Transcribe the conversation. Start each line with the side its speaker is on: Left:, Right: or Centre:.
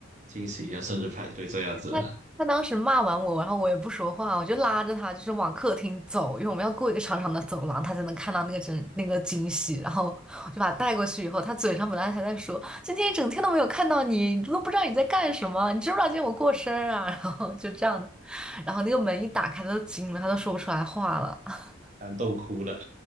Right: 惊喜呀，生日派对这样子，
Centre: 他他当时骂完我，然后我也不说话，我就拉着他就是往客厅走，因为我们要过一个长长的走廊，他才能看到那个真那个惊喜。然后我就把他带过去以后，他嘴上本来还在说今天一整天都没有看到你，你都不知道你在干什么，你知不知道今天我过生日啊？<laughs> 然后就这样的，然后那个门一打开，他都惊了，他都说不出来话了。<laughs>
Right: 感动哭了。